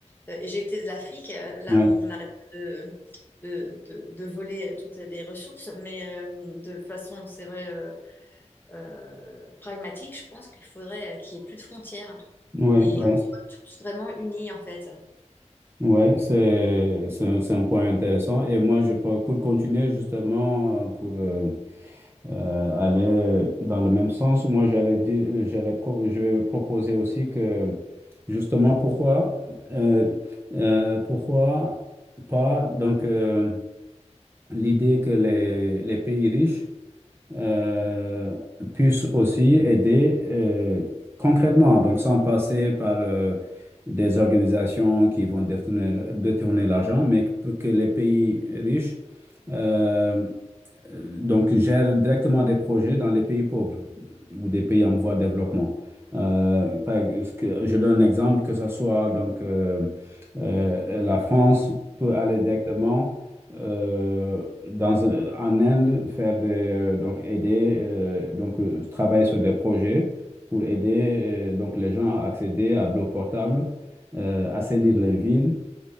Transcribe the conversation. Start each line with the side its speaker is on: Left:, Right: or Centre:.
Left: éjecté de l'Afrique. Là,
Right: ouais.
Left: on arrête pas de de, de, de voler toutes les ressources, mais euh, de façon, c'est vrai, euh, euh, pragmatique, je pense qu'il faudrait euh, qu'il n'y ait plus de frontières
Right: Ouais,
Left: et
Right: ouais,
Left: qu'on soit tous vraiment unis, en fait.
Right: Ouais, c'est c'est un, c'est un point intéressant. Et moi, je pense- pour continuer justement, euh, pour euh, euh, aller dans le même sens, moi, j'allais dire, j'allais pro- je vais proposer aussi que justement, pourquoi, euh, euh, pourquoi pas donc euh, l'idée que les, les pays riches euh, puisse aussi aider euh, concrètement, donc sans passer par euh, des organisations qui vont détourner, détourner l'argent, mais que que les pays riches euh, euh, donc, gère directement des projets dans les pays pauvres ou des pays en voie de développement. Euh, par ex- que- je donne un exemple, que ce soit donc euh, euh, la France peut aller directement euh, dans un- en Inde faire des, euh, donc aider euh, donc euh, travailler sur des projets pour aider euh, donc les gens à accéder à de l'eau potable, euh, assainir les villes